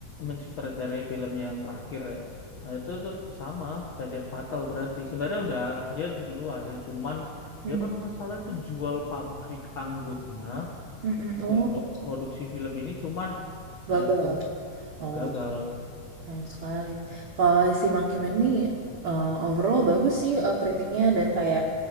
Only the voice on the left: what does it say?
mensutradarai film yang terakhir ya. Nah, itu tuh sama kayak fatal berarti. Sebenarnya udah dia dulu ada cuman
dia kalau nggak salah tuh jual pabrik anggurnya
untuk produksi film ini cuman
ah, itu
gagal.